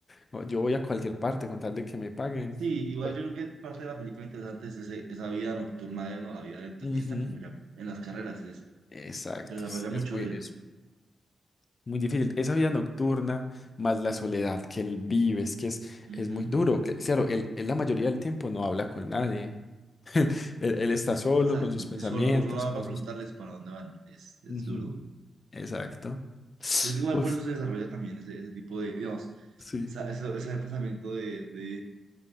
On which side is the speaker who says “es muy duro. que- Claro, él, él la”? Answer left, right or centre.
Left